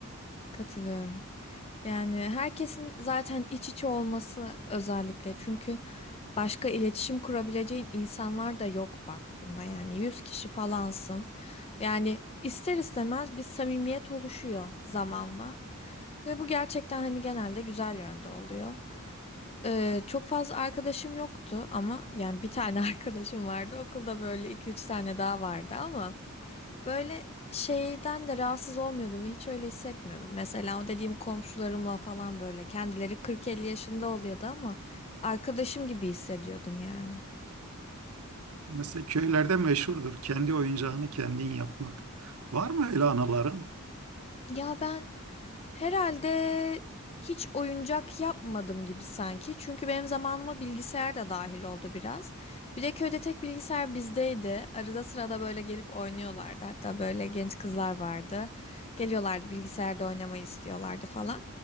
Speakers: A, on the left (about 30°); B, on the right (about 80°).
A: Katılıyorum. Yani herkesin zaten iç içe olması özellikle çünkü başka iletişim kurabileceğin insanlar da yok baktığında yani 100 kişi falansın. Yani ister istemez bir samimiyet oluşuyor zamanla ve bu gerçekten hani genelde güzel yönde oluyor. Ee, çok fazla arkadaşım yoktu ama yani bir tane <laughs> arkadaşım vardı okulda böyle iki üç tane daha vardı ama. Böyle şeyden de rahatsız olmuyordum ve hiç öyle hissetmiyordum. Mesela o dediğim komşularımla falan böyle kendileri 40-50 yaşında oluyordu ama arkadaşım gibi hissediyordum yani.
B: Mesela köylerde meşhurdur kendi oyuncağını kendin yapmak. Var mı öyle anaların?
A: Ya ben herhalde hiç oyuncak yapmadım gibi sanki. Çünkü benim zamanıma bilgisayar da dahil oldu biraz. Bir de köyde tek bilgisayar bizdeydi. Arada sırada böyle gelip oynuyorlardı. Hatta böyle genç kızlar vardı. Geliyorlardı bilgisayarda oynamayı istiyorlardı falan.